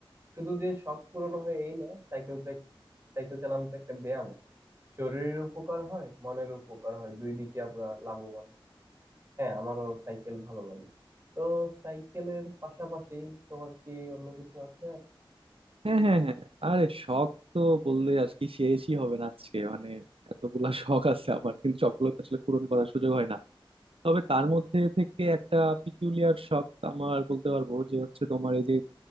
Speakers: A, on the right; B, on the right.
A: শুধু যে শখ পূরণ হয় এই না সাইকেল তো এক- সাইকেল চালানো তো একটা ব্যায়াম শরীরের উপকার হয় মনের উপকার হয় দুই দিকে আমরা লাভবান হচ্ছি হ্যাঁ আমারও সাইকেল ভালো লাগে তো সাইকেলের পাশাপাশি তোমার কি অন্য কিছু আছে আর
B: হ্যাঁ হ্যাঁ হ্যাঁ আরে শখ তো বললে আর কি শেষই হবে না আজকে মানে এতগুলা শখ আছে আমার কিন্তু সবগুলো তো আসলে পূরণ করার সুযোগ হয় না তবে তার মধ্যে থেকে একটা পিকুলিয়ার শখ আমার বলতে পারবো যে হচ্ছে তোমার এই যে